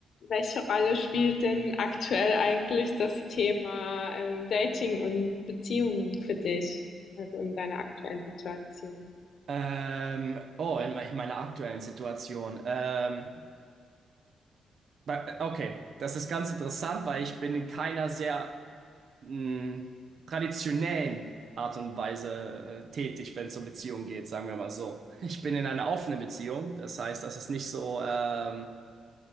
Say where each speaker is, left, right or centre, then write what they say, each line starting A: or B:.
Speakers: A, on the left; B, on the right.
A: Welche Rolle spielt denn aktuell eigentlich das Thema, ähm, Dating und Beziehungen für dich, also in deiner aktuellen Situation?
B: Ähm, oh, in, me in meiner aktuellen Situation. Ähm, bei- okay, das ist ganz interessant, weil ich bin in keiner sehr mh, traditionellen Art und Weise äh, tätig, wenn es um Beziehungen geht, sagen wir mal so. Ich bin in einer offenen Beziehung, das heißt, das ist nicht so ähm,